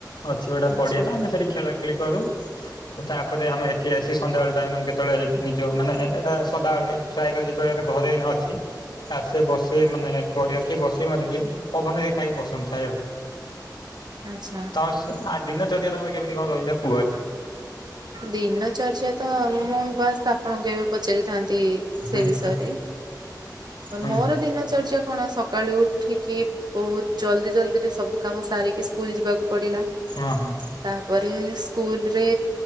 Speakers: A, on the left; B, on the right.
A: ଅଛି ଗୋଟା
B: ଆଚ୍ଛା
A: ପଡିଆଟା ଆମେ ସେଠି ଖେଳା ଖେଳି କରିଦେବୁ ତାପରେ ଆମେ ଏଠି ଆସି ସନ୍ଧ୍ୟାବେଳେ ଟା ଆମେ ତା କେତେବେଳେ ନିଜ ମାନେ ଏଇଟା ସଦାବେଳେ ଟ୍ରଲ ଯେତେବେଳେ ଘରେ ଅଛି ଆସ ବସେ ମାନେ ପଡିଆ ସେ ବସେଇ ମାର ପବନରେ ଖାଇବାକୁ ପସନ୍ଦ ଥାଏ ଆଉ
B: ଆଚ୍ଛା।
A: ତମ ଆ ଦିନ ଚର୍ଯ୍ୟା ତମର କେମିତି କଣ ରହିଲା କୁହ।
B: ଦିନ ଚର୍ଯା ତ ମୋ ମୋ ବାସ ଆପଣଙ୍କୁ ଏବେ ପଚାରିଥାନ୍ତି। ସେ
A: ହୁଁ
B: ବିଷୟରେ
A: ହୁଁ ହୁଁ
B: ମୋର ଦିନଚର୍ଯ୍ୟା କଣ ସକାଳୁ ଉଠିକି ବହୁତ ଜଲ୍ଦି ଜଲଦି ରେ ସବୁ କାମ ସାରିକି ସ୍କୁଲ ଯିବାକୁ ପଡିଲା।
A: ହୁଁ ହୁଁ ହଁ ହଁ
B: ତାପରେ ସ୍କୁଲ ରେ